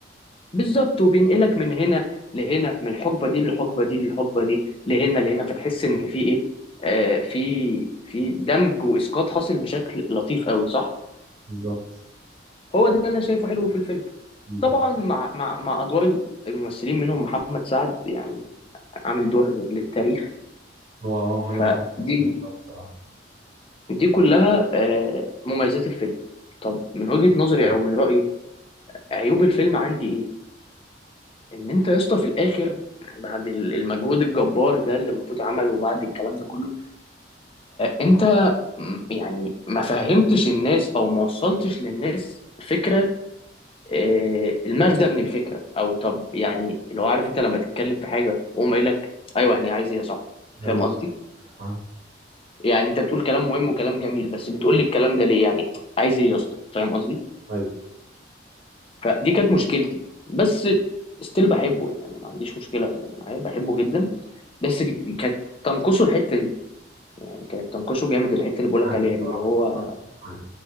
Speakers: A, on the left (about 30°); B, on the right (about 55°).
A: بالظبط وبينقلك من هنا لهنا من الحقبه دي للحقبه دي للحقبه دي لهنا لهنا فتحس ان في ايه آه في في دمج واسقاط حاصل بشكل لطيف قوي صح
B: بالظبط
A: هو ده اللي انا شايفه حلو في الفيلم
B: مم.
A: طبعا مع مع مع ادوار الممثلين منهم محمد سعد يعني عامل دور للتاريخ
B: هو هو محمد
A: فدي
B: صلاح الصراحة
A: دي كلها آه مميزات الفيلم طب من وجهة نظري او من رأيي عيوب الفيلم عندي ايه ان انت يا اسطى في الاخر بعد ال- المجهود الجبار ده اللي المفروض عمله وبعد الكلام ده كله انت م- يعني ما فهمتش الناس او ما وصلتش للناس فكره آه، المغزى من الفكره او طب يعني لو عارف انت لما تتكلم في حاجه وهم قايل لك ايوه يعني عايز ايه يا صاحبي فاهم
B: ايوه
A: قصدي
B: ايوه فاهم
A: يعني انت بتقول كلام مهم وكلام جميل بس بتقول لي الكلام ده ليه يعني عايز ايه يا اسطى فاهم قصدي
B: ايوه
A: فدي كانت مشكلتي بس ستيل بحبه يعني ما عنديش مشكله يعني معايا بحبه جدا بس ك- كانت تنقصه الحته دي يعني كانت تنقصه جامد الحته اللي بقولك
B: معاك
A: عليها
B: الصراحة
A: دي اللي هو
B: معاك